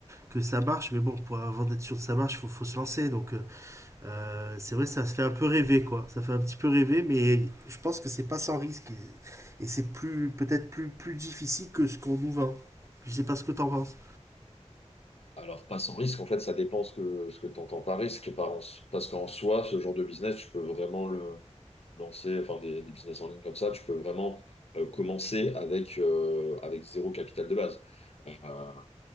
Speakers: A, on the right; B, on the left.
A: que ça marche. Mais bon, pour, avant d'être sûr que ça marche, faut, faut se lancer. Donc, euh, euh, c'est vrai, ça se fait un peu rêver, quoi. Ça fait un petit peu rêver, mais je pense que c'est pas sans risque. Et, et c'est plus peut-être plus, plus difficile que ce qu'on nous vend. Je sais pas ce que t'en penses.
B: Alors, pas sans risque, en fait, ça dépend ce que, ce que tu entends par risque. Par en- parce qu'en soi, ce genre de business, tu peux vraiment le lancer, enfin, des, des business en ligne comme ça, tu peux vraiment euh, commencer avec, euh, avec zéro capital de base. Euh,